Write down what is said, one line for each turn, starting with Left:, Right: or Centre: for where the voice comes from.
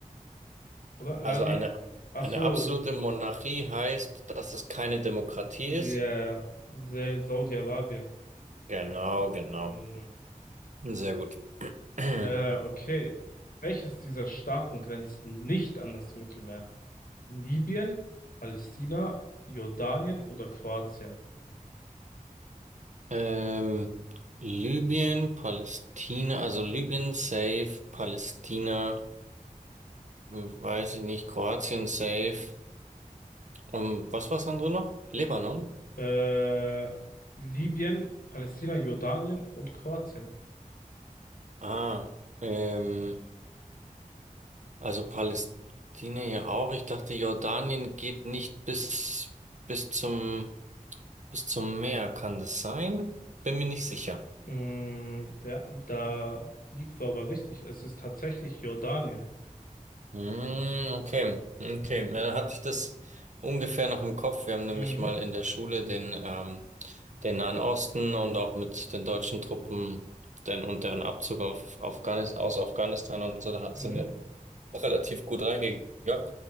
Left: oder?
Right: Also
Left: Nein, nee.
Right: eine,
Left: Ach
Right: eine
Left: so,
Right: absolute Monarchie heißt, dass es keine Demokratie
Left: ja,
Right: ist.
Left: ja. Sa- Saudi-Arabien.
Right: Genau, genau.
Left: Hm.
Right: Sehr gut. <clears throat>
Left: Äh, okay. Welches dieser Staaten grenzt nicht an das Mittelmeer? Libyen, Palästina, Jordanien oder Kroatien?
Right: Ähm, Libyen, Palästina, also Libyen safe, Palästina, hm, weiß ich nicht, Kroatien safe. Und was war das andere noch? Libanon?
Left: Äh, Libyen, Palästina, Jordanien und Kroatien.
Right: Ah, ähm, also Palästina ja auch. Ich dachte, Jordanien geht nicht bis, bis zum Bis zum Meer kann das sein? Bin mir nicht sicher.
Left: Mm, der, da liegst du aber richtig. Es ist tatsächlich Jordanien.
Right: Hm, okay, okay. Na, Dann hatte ich das ungefähr noch im Kopf. Wir haben nämlich
Left: Mhm.
Right: mal in der Schule den, ähm, den Nahen Osten und auch mit den deutschen Truppen den, und deren Abzug auf Afghanistan, aus Afghanistan und so, da hat-
Left: Mhm.
Right: sind wir relativ gut reingegangen.